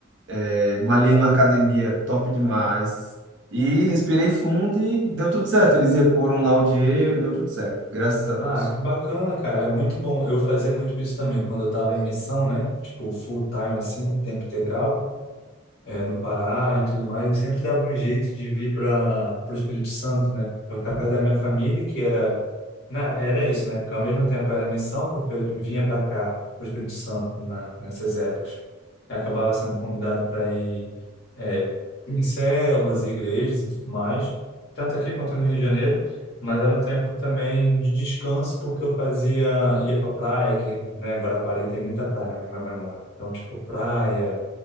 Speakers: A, on the right (about 65°); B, on the left (about 55°).
A: É, malhei numa academia top demais. E respirei fundo e deu tudo certo. Eles reporam lá o dinheiro, deu tudo certo. Graças a Deus.
B: Ah, que bacana, cara. É muito bom. Eu fazia muito isso também quando eu estava em missão, né? Tipo, full time assim, tempo integral. é, no Pará e tudo mais, eu sempre dava um jeito de vir para o Espírito Santo, né? Para ficar perto da minha família, que era, na- era isso, né? Que ao mesmo tempo era missão, porque eu vinha para cá, para o Espírito Santo, na, nessas épocas. Eu acabava sendo convidado para ir é, em células, igrejas e tudo mais, tanto aqui quanto no Rio de Janeiro. Mas era um tempo também de descanso, porque eu fazia, ia pra praia, que, né, Guarapari tem muita praia onde minha mãe mora. Então, tipo, praia,